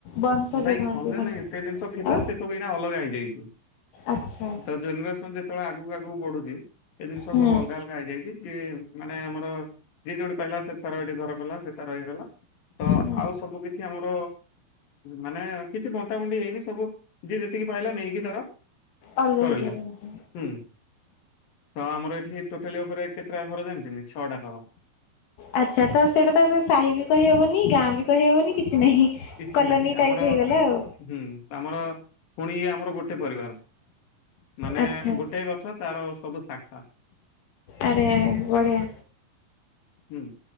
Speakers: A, on the left (about 75°); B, on the left (about 50°).
A: ବଂଶଜ
B: ନାଇଁ
A: କହନ୍ତି
B: ଖଞ୍ଜା
A: ମାନେ
B: ନାଇଁ ସେ ଜିନିଷ ଥିଲା
A: ଆଉ
B: ସବୁ ଏଇନା ଅଲଗା ହେଇଯାଇଚି
A: ଆଚ୍ଛା
B: ତ ଜେନେରେସନ୍ ଯେତେବେଳେ ଆଗକୁ ଆଗକୁ ବଢୁଚି। ଏ ଜିନିଷ
A: ହୁଁ
B: ସବୁ ଅଲଗା ଅଲଗା ହେଇଯାଇଛି, ଯ ମାନେ ଆମର ଯିଏ ଯୋଉଠି ପାଇଲା ସେ ତାର ଏଠି ଘର କଲା ସେ ତାର ଇଏ କଲା। ତ
A: ହୁଁ
B: ଆଉ ସବୁ କିଛି ଆମର ମାନେ କିଛି ବଣ୍ଟା ବଣ୍ଟି ହେଇନି ସବୁ ଯିଏ ଯେତିକି ପାଇଲା ନେଇକି ତାର
A: ଅଲଗା
B: କରିଲା,
A: ହେଇଯାଇଛନ୍ତି
B: ହୁଁ ତ ଆମର ଏଠି ଟୋଟାଲି ଉପରେ କେତେଟା ଘର ଜାଣିଛନ୍ତ ଛଅଟା ଘର।
A: ଆଚ୍ଛା ତ ସେଇଟା ତ ସାହି ବି କହିହେବନି ଗାଁ ବି କହିହେବନି କି ସିନାହିଁ
B: କିଛି
A: କଲୋନୀ
B: ନାହିଁ ଆମର
A: ଟାଇପ୍ ହେଇଗଲା ଆଉ।
B: ହୁଁ ଆମର ପୁଣି ଆମର ଗୋଟେ ପରିବାର ମାନେ
A: ଆଚ୍ଛା
B: ଗୋଟେ ଗଛ ତାର ସବୁ ଶାଖା।
A: ଆରେଆରେ ବଢିଆ।
B: ହୁଁ।